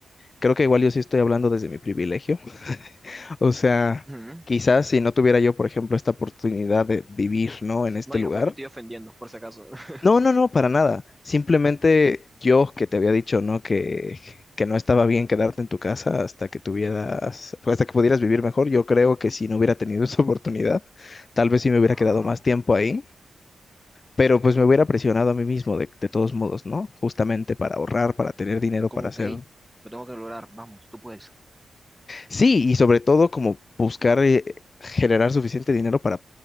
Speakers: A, on the left; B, in the centre.
A: Creo que igual yo sí estoy hablando desde mi privilegio. <laughs> O sea,
B: Ujú.
A: quizás si no tuviera yo, por ejemplo, esta oportunidad de vivir, ¿no? En este
B: No, y
A: lugar.
B: no creas que estoy ofendiendo, por si acaso. <laughs>
A: No, no, no, para nada. Simplemente yo que te había dicho, ¿no? Que, que no estaba bien quedarte en tu casa hasta que tuvieras, pues, hasta que pudieras vivir mejor. Yo creo que si no hubiera tenido esa oportunidad, tal vez sí me hubiera
B: Ajá.
A: quedado más tiempo ahí. Pero pues me hubiera presionado a mí mismo de, de todos modos, ¿no? Justamente para ahorrar, para tener dinero,
B: Como
A: para hacer
B: que, hey, lo tengo que lograr. Vamos, tú puedes.
A: Sí, y sobre todo como buscar eh, generar suficiente dinero para